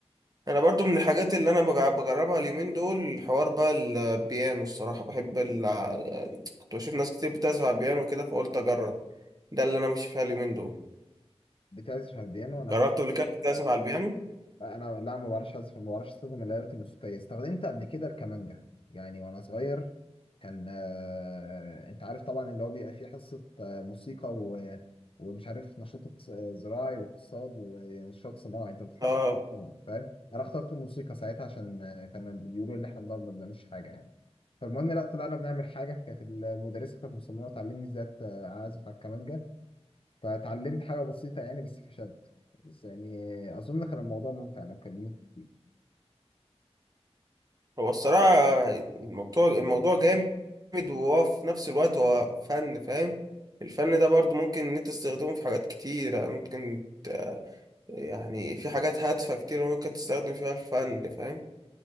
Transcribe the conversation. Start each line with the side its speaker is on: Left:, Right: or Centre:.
Right: انا برضو من الحاجات اللي انا بجع- بجربها اليومين دول حوار بقى البيانو الصراحة بحب ال... يعني كنت بشوف ناس كتير بتعزف على البيانو وكده فقلت اجرب ده اللي انا ماشي فيها اليومين دول
Left: بتعزف على البيانو انا
Right: جربت
Left: س-
Right: قبل كده تعزف على البيانو
Left: انا لا ما بعرفش اعزف ما بعرفش استخدم الآلات الموسيقية استخدمت قبل كده الكمانجا يعني وانا صغير كان آه... انت عارف طبعا اللي هو بيبقى فيه حصة آه، موسيقى و... ومش عارف نشاط اقتص- آه، زراعي واقتصاد ونشاط صناعي انت بتختار
Right: اه
Left: حاجة منهم فاهم انا اخترت الموسيقى ساعتها عشان آه، كانوا بيقولوا ان احنا بنقعد ما بنعملش حاجة يعني فالمهم لا طلعنا بنعمل حاجة كانت المدرسة كانت مصممة تعلمني ازاي أت- آه، اعزف على الكمانجا فتعلمت حاجة بسيطة يعني بس فشد بس يعني أظن كان الموضوع ممتع لو كلمت فيه
Right: هو الصراحة الموضوع الموضوع جامد وهو في نفس الوقت هو فن فاهم الفن ده برضو ممكن ان انت تستخدمه في حاجات كتير يعني ممكن ت- يعني في حاجات هادفة كتير ممكن تستخدم فيها الفن فاهم